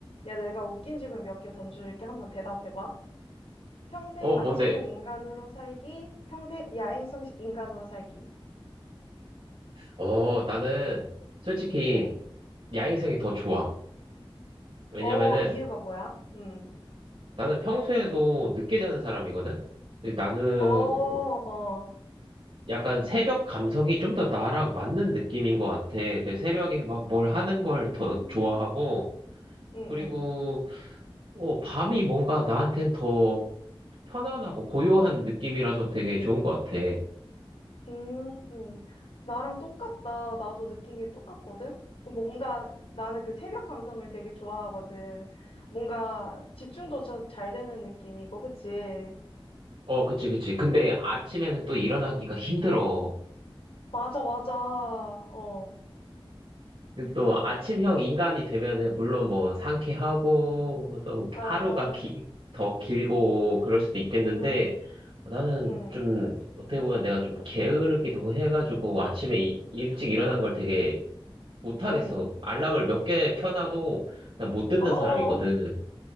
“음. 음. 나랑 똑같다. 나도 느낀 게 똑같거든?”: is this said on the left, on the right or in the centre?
Left